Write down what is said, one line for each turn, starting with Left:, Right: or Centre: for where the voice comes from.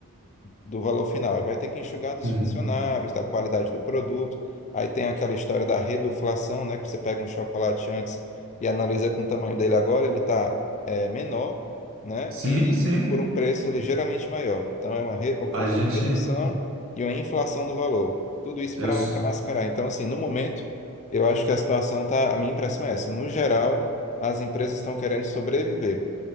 Left: do valor final. E vai ter que enxugar dos
Right: Hum.
Left: funcionários, da qualidade do produto. Aí tem aquela história da reduflação, né? Que você pega um chocolate antes e analisa com o tamanho dele agora, ele está menor, né?
Right: Sim,
Left: E
Right: sim.
Left: por um preço ligeiramente maior. Então é uma re- ocorreu
Right: A gente,
Left: uma redução e uma inflação do valor. Tudo isso
Right: eu,
Left: para
Right: sou-
Left: mascarar. Então, assim, no momento, eu acho que a situação tá, a minha impressão é essa. No geral, as empresas estão querendo sobreviver.